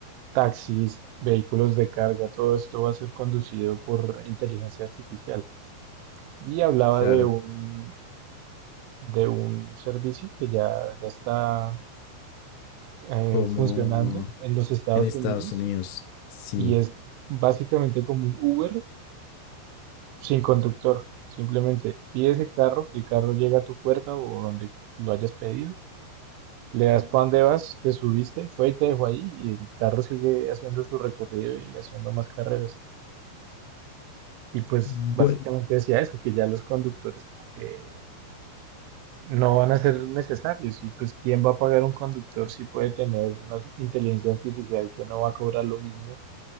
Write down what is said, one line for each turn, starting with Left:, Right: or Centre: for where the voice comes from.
Right: taxis, vehículos de carga, todo esto va a ser conducido por inteligencia artificial. Y hablaba
Left: Claro,
Right: de un, de un servicio que ya, ya está eh,
Left: como
Right: funcionando en los Estados
Left: en Estados
Right: Unidos
Left: Unidos, sí.
Right: y es básicamente como un Uber sin conductor. Simplemente pides el carro, el carro llega a tu puerta o donde lo hayas pedido, le das para dónde vas, te subiste, fue y te dejó ahí y el carro sigue haciendo su recorrido y haciendo más carreras. Y pues
Left: Bueno,
Right: básicamente decía eso, que ya los conductores como que no van a ser necesarios. Y pues, ¿quién va a pagar un conductor si puede tener una inteligencia artificial que no va a cobrar lo mismo,